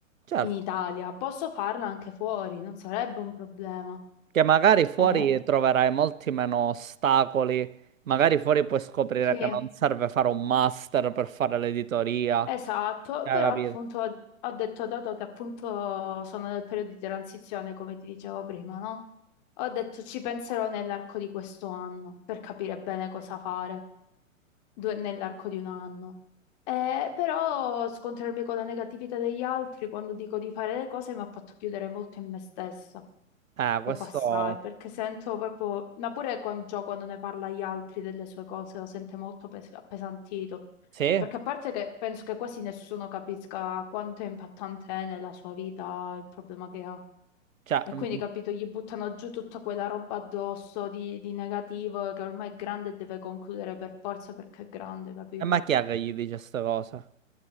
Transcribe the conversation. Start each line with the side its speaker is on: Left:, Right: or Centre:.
Right: certo,
Left: in Italia, posso farla anche fuori, non sarebbe un problema.
Right: che magari fuori
Left: Eh,
Right: troverai molti meno ostacoli, magari fuori puoi scoprire
Left: sì.
Right: che non serve fare un master per fare l'editoria.
Left: Esatto,
Right: Cioè,
Left: però
Right: capito?
Left: appunto ho ho detto, dato che appunto sono nel periodo di transizione, come ti dicevo prima, no? Ho detto ci penserò nell'arco di questo anno per capire bene cosa fare due- nell'arco di un anno. Eh, però scontrarmi con la negatività degli altri quando dico di fare le cose mi ha fatto chiudere molto in me stessa.
Right: Eh, questo
Left: Poi passai, perché sento proprio, ma pure quando, Gio quando ne parla agli altri delle sue cose, lo sente molto pes- appesantito.
Right: sì,
Left: Perché a parte che penso che quasi nessuno capisca quanto è impattante è nella sua vita il problema che ha.
Right: cioè,
Left: E quindi,
Right: mm,
Left: capito, gli buttano giù tutta quella roba addosso di, di negativo che ormai è grande e deve concludere per forza perché è grande, capito?
Right: e ma chi è che gli dice questa cosa?